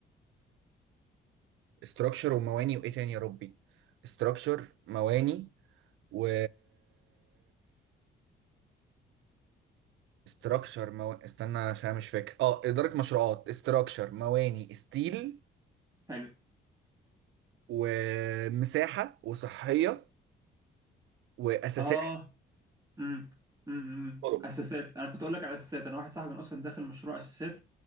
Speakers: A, on the right (about 80°); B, on the right (about 15°).
A: ستراكشر ومواني وايه تاني يا ربي ستراكشر مواني و ستراكشر مو... استنى عشان مش فاكر اه اداره مشروعات ستراكشر مواني ستيل
B: حلو
A: ومساحه وصحيه واساسات
B: اه امم امم
A: طرق.
B: اساسات انا كنت اقول لك على اساسات انا واحد صاحبي اصلا داخل مشروع اساسات